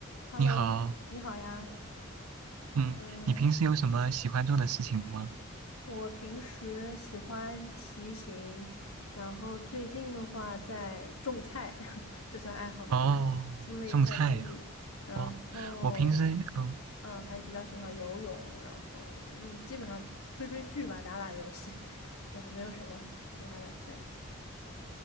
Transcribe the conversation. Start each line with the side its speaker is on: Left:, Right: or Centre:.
Left: Hello，
Right: 你好，
Left: 你好呀。
Right: 嗯，
Left: 嗯，
Right: 你平时有什么喜欢做的事情吗？
Left: 我平时喜欢骑行，然后最近的话在种菜，<laughs> 这算爱好吗？
Right: 哦，
Left: 租了一块地，
Right: 种菜呀、
Left: 然后
Right: 哦，我平时，嗯，
Left: 嗯，还比较喜欢游泳，然后嗯，基本上追追剧吧，打打游戏，<laughs> 对，没有什么其他的，对。